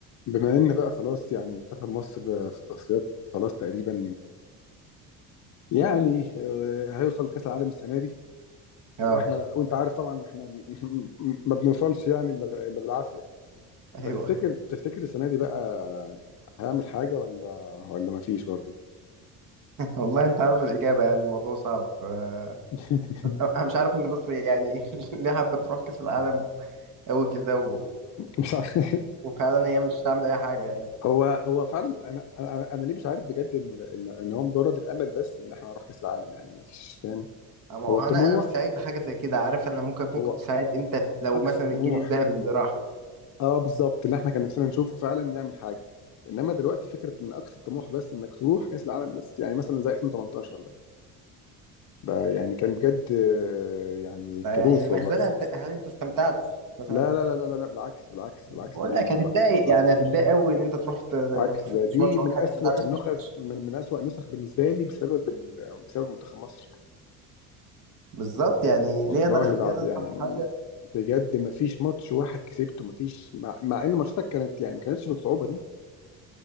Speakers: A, on the left (about 45°); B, on the right (about 50°).
A: بما ان بقى خلاص يعني منتخب مصر في التصفيات خلاص تقريبا يعني آه، هيوصل كاس العالم السنه دي واحنا
B: اه
A: لا وانت عارف طبعا احنا <laughs> ما بنوصلش يعني الا ب- إلا بالعافيه
B: ايوه
A: فتفتكر تفتكر السنه دي بقى هيعمل حاجه ولا ولا ما فيش برضه
B: <laughs> والله انت عارف الاجابه يعني الموضوع صعب آه،
A: <laughs>
B: انا مش عارف ان مصر يعني <laughs> ليه حابه تروح كاس العالم قوي كده و...
A: مش عارف
B: وفعلا هي مش هتعمل اي حاجه يعني
A: هو هو فعلا انا انا انا ليه مش عارف بجد ان ان ان هو مجرد الامل بس ان احنا نروح كاس العالم يعني ما فيش فاهم
B: أما هو
A: هو الطموح
B: انا انا مش سعيد بحاجه زي كده عارف انا ممكن اكون
A: هو
B: كنت سعيد امتى لو
A: اقصى
B: مثلا
A: الطموح
B: الجيل الذهبي اللي راح
A: اه بالظبط اللي احنا كان نفسنا نشوفه فعلا يعمل حاجه انما دلوقتي فكره ان اقصى الطموح بس انك تروح كاس العالم بس يعني مثلا زي 2018 ده ده يعني كان بجد آه، يعني كابوس
B: فيعني
A: والله
B: مهزله انت هل انت استمتعت مثلا
A: لا لا لا لا لا لا، بالعكس بالعكس
B: بقول
A: بالعكس تماما
B: لك
A: والله
B: هتتضايق
A: بالعكس
B: يعني هتتضايق قوي ان انت تروح ت-
A: عكس
B: ما كسبتش
A: ده دي
B: ماتش واحد
A: من أسوأ
B: ما تعادلتش
A: النخس
B: ماتش
A: من من أسوأ النسخ بالنسبه لي بسبب ال... بسبب منتخب مصر
B: بالظبط يعني
A: والله
B: ليه انا
A: لا
B: ليه انا
A: يعني
B: أفرح بحاجه
A: بجد ما فيش ماتش واحد كسبته ما فيش مع, مع ان ماتشاتك كانت يعني ما كانتش بالصعوبه دي